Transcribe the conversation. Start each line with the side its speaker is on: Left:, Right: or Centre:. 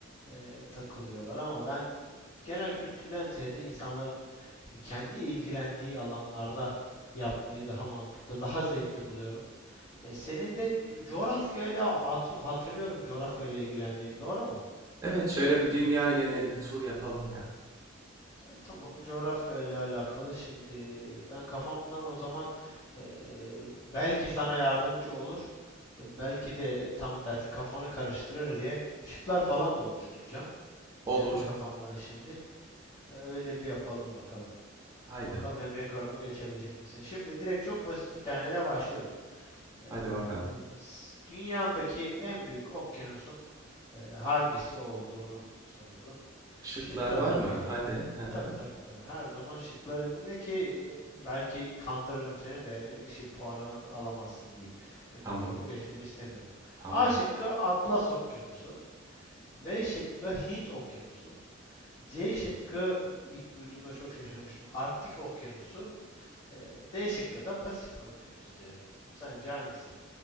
Left: e, takılıyorlar ama ben genel kültürden ziyade insanların kendi ilgilendiği alanlarda yapmayı daha mantıklı, daha zevkli buluyorum. E, senin de co- coğrafyayla hat- hatırlıyorum coğrafyayla ilgilendiğini doğru mu?
Right: Evet, şöyle bir dünya geneli bir tur yapalım ya.
Left: E, tamam coğrafyayla alakalı şimdi ben kafamdan o zaman e, belki sana yardımcı olur. e, belki de tam tersi kafanı karıştırır diye şıklar falan da oluşturacağım.
Right: Olur.
Left: Kendi kafamdan şimdi. E, öyle bir yapalım bakalım.
Right: Haydi.
Left: Bakalım Emre Karım'ı geçebilecek misin? Şimdi direkt çok basit bir taneyle başlıyorum. E,
Right: Haydi bakalım.
Left: s- dünyadaki en büyük okyanusun e, hangisi olduğunu soruyorum.
Right: Şıklar
Left: Şıkları
Right: var
Left: okuyayım.
Right: mı? Hadi. Hı hı.
Left: Tabii tabii tabii. Her zaman şıkları dinle ki e, belki kandırırım seni de e, işi puanı alamazsın diyeyim. Benim
Right: Tamam,
Left: rekorumu geçmeni istemiyorum.
Right: tamam.
Left: A şıkkı Atlas Okyanusu. B şıkkı Hint Okyanusu. C şıkkı ilk duyduğumda çok şaşırmıştım. Arktik Okyanusu. E, D şıkkı da Pasifik Okyanusu diyelim. Sence hangisi?